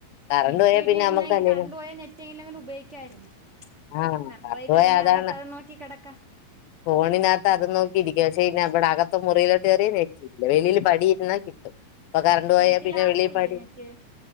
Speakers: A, on the left; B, on the right.
A: കറണ്ട്
B: നെറ്റ്
A: പോയാൽ
B: കിട്ടിയിരുന്നെങ്കി
A: പിന്നെ നമ്മുക്ക് അല്ലേലും
B: കറണ്ട് പോയാൽ നെറ്റെങ്കിലും എങ്കിലും ഉപയോഗിക്കായിരുന്ന്
A: ആ
B: കറണ്ട് പോയി
A: പോയാ
B: കഴിഞ്ഞ
A: അതാണ്
B: അകത്തതും നോക്കി കിടക്കാ
A: ഫോണിനകത്ത് അതും നോക്കിയിരിക്കും പക്ഷേ അയിന് അവിടെ അകത്ത് മുറിയിലോട്ട് കേറിയാ നെറ്റ് ഇബടെ വെളിയിൽ പടി ഇരുന്നാ കിട്ടും ഇപ്പൊ കറണ്ട് പോയാ
B: വീട്ടിൽ
A: പിന്നെ
B: ആർക്കും
A: വെളിയിൽ
B: ഇല്ലേ
A: പടി
B: നെറ്റ്